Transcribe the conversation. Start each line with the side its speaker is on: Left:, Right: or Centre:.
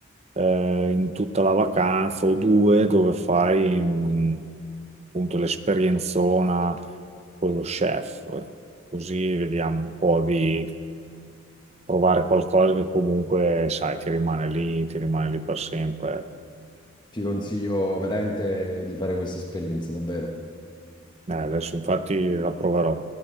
Right: eh, in tutta la vacanza o due dove fai mh, appunto l'esperienzona con lo chef. Così vediamo un po' di provare qualcosa che comunque, sai, ti rimane lì, ti rimane lì per sempre. ecco.
Left: Ti consiglio veramente di fare questa esperienza, davvero.
Right: Eh, adesso infatti la proverò.